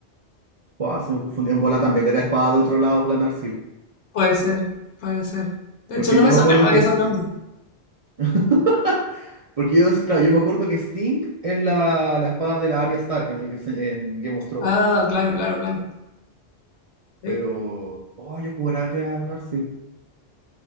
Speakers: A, on the right; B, on the left.
A: Wow, se me confundí. En bola también era espada de otro lado, la Narsil.
B: Puede ser, puede ser. De
A: Porque
B: hecho, no
A: yo
B: me
A: me
B: sonaban
A: acuerdo que...
B: esos
A: St-
B: nombres.
A: <laughs> Porque yo, claro, yo me acuerdo que Sting es la, la espada de la Arya Stark en, el que se- en Game of Thrones.
B: Ah, claro, claro, claro. Sí.
A: Pero... Oh, yo juraba que era Narsil.